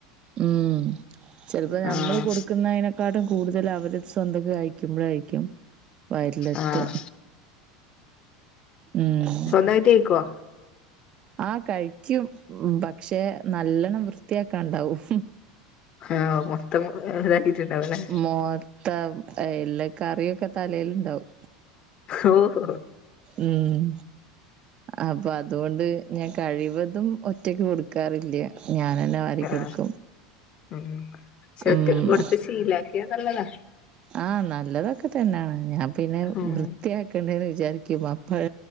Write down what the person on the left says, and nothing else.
ആഹ്
ആഹ്
സ്വന്തയിട്ട് കോ
ആഹ് മൊത്തം ഇതാക്കിട്ടുണ്ടാവുല്ലെ
ഓഹോ ഹോ.
ആഹ്
ഉം ചെക്കന്
കൊടുത്ത് ശീലാക്കിയ നല്ലതാ.
ഉം